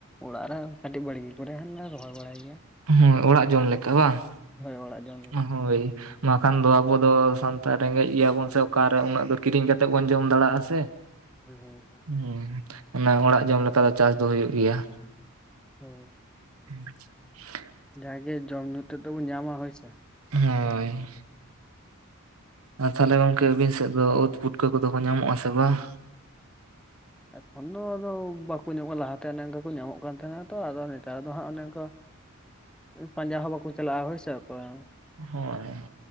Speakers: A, in the centre; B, on the right.
A: ᱚᱲᱟᱜ ᱨᱮ ᱠᱟᱹᱴᱤᱡ ᱵᱟᱲᱜᱮ ᱠᱚᱨᱮ ᱦᱚᱸ ᱨᱚᱦᱚᱭ ᱵᱟᱲᱟᱭ ᱜᱮᱭᱟ
B: ᱦᱮᱸ ᱚᱲᱟᱜ ᱡᱚᱢ ᱞᱮᱠᱟ ᱵᱟᱝ
A: ᱦᱚᱭ ᱚᱲᱟᱜ ᱡᱚᱝ
B: ᱚ ᱦᱚᱭ ᱢᱟᱠᱷᱟᱱ ᱫᱚ ᱟᱵᱚ ᱫᱚ ᱥᱟᱱᱛᱟᱲ ᱨᱮᱸᱜᱮᱡ ᱜᱮᱭᱟᱵᱚᱱ ᱥᱮ ᱚᱠᱟᱨᱮ ᱩᱱᱟᱹᱜ ᱫᱚ ᱠᱤᱨᱤᱧ ᱠᱟᱛᱮᱜ ᱵᱚᱱ ᱡᱚᱢ ᱫᱟᱲᱮᱭᱟᱜᱼᱟ ᱥᱮ
A: ᱦᱳᱭ ᱦᱳᱭ ᱦᱳᱭ
B: ᱦᱮᱸ ᱚᱱᱟ ᱚᱲᱟᱜ ᱡᱚᱢ ᱞᱮᱠᱟ ᱫᱚ ᱪᱟᱥ ᱫᱚ ᱦᱩᱭᱩᱜ ᱜᱮᱭᱟ
A: ᱦᱮᱸ
B: ᱦᱮᱸ <unintelligible>
A: ᱡᱟᱜᱮ ᱡᱚᱢ ᱧᱩᱩ ᱛᱮᱫᱚ ᱵᱚᱱ ᱧᱟᱢᱟ ᱦᱚᱭ ᱥᱮ
B: ᱦᱳᱭ ᱟᱨ ᱛᱟᱦᱞᱮ ᱜᱚᱝᱠᱮ ᱟᱵᱤᱱ ᱥᱮᱫ ᱫᱚ ᱚᱛ ᱯᱩᱴᱠᱟᱹ ᱠᱚᱫᱚ ᱠᱚ ᱧᱟᱢᱚᱜ ᱟᱥᱮ ᱵᱟᱝ
A: ᱮᱠᱷᱚᱱ ᱫᱚ ᱟᱫᱚ ᱵᱟᱠᱚ ᱧᱟᱢᱚᱜᱼᱟ ᱞᱟᱦᱟᱛᱮ ᱚᱱᱮ ᱚᱱᱠᱟ ᱠᱚ ᱧᱟᱢᱚᱜ ᱠᱟᱱ ᱛᱟᱦᱮᱱᱟ ᱛᱚ ᱟᱫᱚ ᱱᱮᱛᱟᱨ ᱫᱚ ᱦᱟᱸᱜ ᱚᱱᱮ ᱚᱱᱠᱟ ᱯᱟᱸᱡᱟ ᱦᱚᱸ ᱵᱟᱠᱚ ᱪᱟᱞᱟᱜᱼᱟ ᱦᱚᱭᱥᱮ ᱚᱠᱚᱭ
B: ᱦᱳᱭ